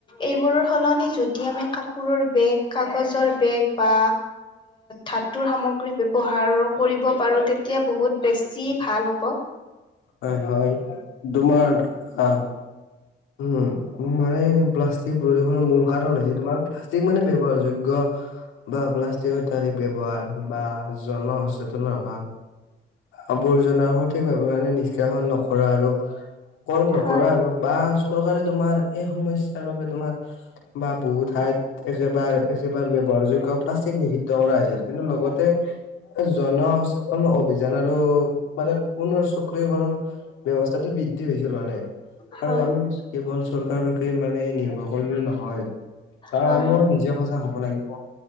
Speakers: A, on the left (about 25°); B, on the left (about 85°).
A: এইবোৰৰ সলনি যদি আমি কাপোৰৰ বেগ কাগজৰ বেগ বা ধাতুৰ অ সামগ্ৰী ব্যৱহা ৰ আৰু কৰিব পাৰোঁ তেতিয়া বহুত বেছি ভাল হ'ব।
B: হয় হয় তোমাৰ আ উম, মানে প্লাষ্টিক প্ৰদূষণে মূ ল কাৰণ হৈছে তোমাৰ প্লাষ্টিক মানে ব্যৱহাৰ যোগ্য বা প্লাষ্টিক ইত্যাদি ব্যৱহাৰ বা জন সচেতনৰ অভাৱ। আবৰ্জনাৰ বোৰ সঠিক ভাৱে মানে নিষ্কাশন নকৰা আৰু। কৰ নকৰা
A: হয়।
B: আৰু বা চৰকাৰে তোমাৰ সেই সমস্যাৰ বাবে তোমাৰ বা বহু ঠাইত একেবাৰ একেবাৰে ব্যৱহাৰ যোগ্য প্লাষ্টিক নিষিদ্ধ কৰা হৈছিল, কিন্তু লগতে জনসচেতন অভিযান আৰু মানে পুনৰ সক্ৰিয়কৰণ ব্যৱস্থাটো বৃদ্ধি হৈছে মানে।
A: হয়।
B: আৰু আমি কেৱল চৰকাৰকে মানে নিৰ্ভৰ কৰিলে নহয়। কাৰণ
A: হয়।
B: আমিও নিজে সজাগ হ'ব লাগিব।